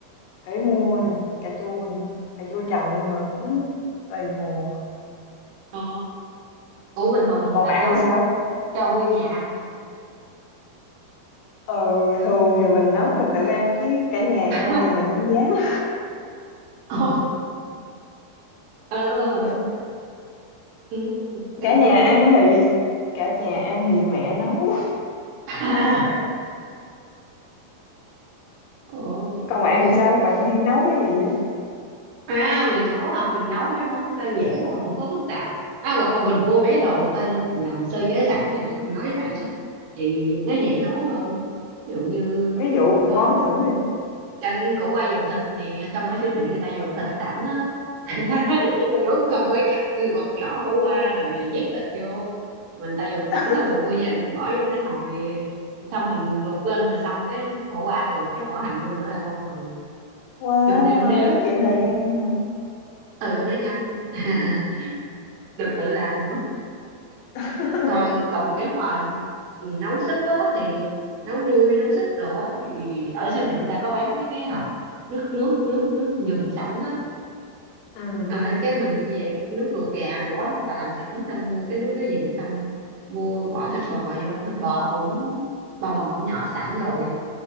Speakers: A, on the left; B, on the right.
A: phải mua nè cà chua nè cà chua trồng nhưng mà cũng tùy mùa
B: ờ ủa bình thường
A: Ờ, còn
B: bạn
A: bạn
B: nấu
A: hay sao
B: cho nguyên nhà ăn hả
A: ờ, thường thì mình nấu mình tự ăn chứ cả nhà
B: <laughs>
A: ăn thì mình không dám
B: ờ ừ.
A: <laughs>
B: ừ. canh
A: cả nhà
B: chua
A: ăn thì cả nhà ăn thì mẹ nấu
B: <laughs> Ủa.
A: <laughs> còn bạn
B: ủa
A: thì sao bạn hay nấu cái gì á
B: à mình nấu hả mình nấu mấy món đơn giản mà không có phức tạp à, hoặc là mình mua mấy đồ người ta làm sơ chế sẵn như nãy mình nói với bạn đó thì nó dễ nấu hơn ví dụ như
A: ví dụ một
B: có
A: món thử đi
B: canh khổ qua dùng thịt nè xong ở siêu thị người ta dùng thịt sẵn á <laughs> mình đâu có cần phải cắt cứ gọt vỏ khổ qua rồi nhét thịt vô mình ta dùng sẵn
A: <laughs>
B: xong mình mua về mình bỏ vô cái nồi xong mình luộc lên là xong cái khổ qua rồi cái bỏ hành vô nữa là xong rồi
A: wow
B: rồi mình nêm nếm
A: tiết kiệm thời gian hả
B: ừ nó nhanh <laughs> được tự làm nữa
A: <laughs>
B: còn còn nếu mà nấu súp á thì nấu nuôi nấu súp đồ á thì ở siêu thị người ta có bán mấy cái hộp nước nước nước nước dùng sẵn á
A: ừ
B: Ờ, cái mình mua về nước luộc gà đồ á người ta làm sẵn xong mua cái nước đó về xong mua bỏ thịt bò vô thịt bò cũng bò mỏng mỏng nhỏ sẵn rồi